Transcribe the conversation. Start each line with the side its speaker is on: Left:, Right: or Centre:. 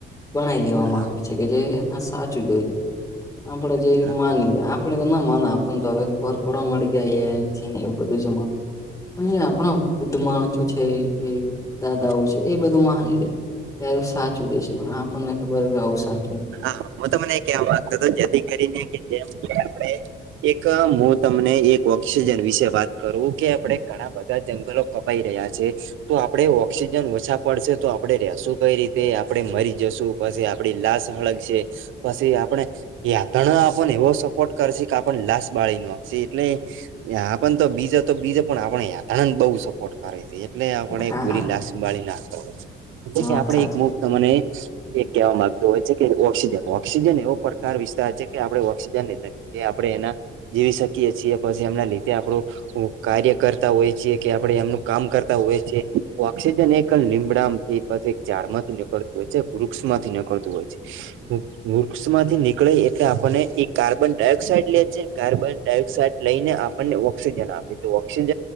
Left: ગણાઈ લેવામાં
Right: હા
Left: આવે છે કે જે આ સાચું જોઈને આપડે જે
Right: હા
Left: માની લે આ તે ના હવે આપણને તો ખબર પડવા મળી ત્યાં એ આઈ છે ને એવું બધું જમાનું અને જે આપણા વૃદ્ધ માણસો છે દાદાઓ
Right: હા
Left: છે, એ બધું માની લે, તારો સાચું દે છે, પણ આપણને ખબર કે આવું સા
Right: હા, હું તમને એવા કેવા માંગતો હતો કે જેથી કરીને કે જેમ કે આપડે એક અહ હું તમને એક ઓક્સિજન વિશે વાત કરું કે આપણે ઘણા બધા જંગલો કપાઈ રહ્યાં છે તો આપડે ઓક્સિજન ઓછો પડશે તો આપડે રહીશું કઈ રીતે? આપડે મરી જશું પછી આપડી લાશ બળે છે, પછી આપડે યાત્રા આપણને એવો સપોર્ટ કરશે કે આપણ લાશ બાળી નાખશે એટલે એ આપણ તો બીજા તો બીજે પણ આપણે યાતન બહુ સહો પોર્ટ કરે છે એટલે આપડે
Left: હા
Right: પૂરી લાશ બાળી નાખતા હોય છે એટલે
Left: વાત
Right: કે આપડે
Left: સાચી
Right: એક મૂક તો મને એક કહેવા માંગતો હોય છે. કે ઓક્સિજન ઓક્સિજન એવો પ્રકાર વિસ્તાર છે કે આપડે ઓક્સિજન લઈનેજ આપડે એના જીવી શકીએ છીએ પછી એમના લીધે આપડું ઓ કાર્ય કરતા હોય છે કે આપડે એમનું કામ કરતા હોય છે ઓક્સિજન એક લીંબડા માંથી પછી એક ઝાડ માંથી નીકળતું હોય છે, વૃક્ષ માંથી નીકળતું હોય છે. વૃક્ષમાંથી નીકળે એટલે આપણને એ કાર્બન ડાયોક્સાઇડ લે છે કાર્બન ડાયોક્સાઇડ લઈને આપણને ઓક્સિજન આપે છે. ઓક્સિજન